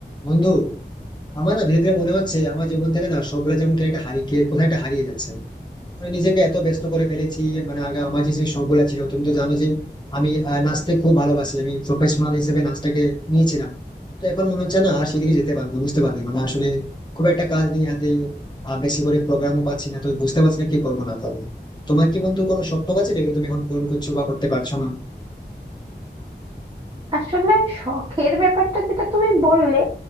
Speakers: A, on the left; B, on the right.
A: বন্ধু আমার না ধীরে ধীরে মনে হচ্ছে আমার জীবন থেকে না সবগুলো যেমন কেন একটা হারিয়ে কে- কোথায় একটা হারিয়ে যাচ্ছে মানে নিজেকে এত ব্যস্ত করে ফেলেছি মানে আগে আমার যে সেই শখগুলো ছিল তুমি তো জানো যে আমি আহ, নাচতে খুব ভালোবাসি আমি প্রফেশনাল হিসেবে নাচটাকে নিয়েছিলাম তো এখন মনে হচ্ছে না আর সেদিকে যেতে পারবো না, বুঝতে পারবে মানে আসলে খুব একটা কাজ নেই হাতে আর বেশি করে প্রোগ্রামও পাচ্ছি না তো বুঝতে পারছি না কি করবো না পারবো তোমার কি বন্ধু কোনো শখ টখ আছে যেগুলো তুমি এখন পূরণ করছো বা করতে পারছো না
B: আসলে শখের ব্যাপারটা যেটা তুমি বললে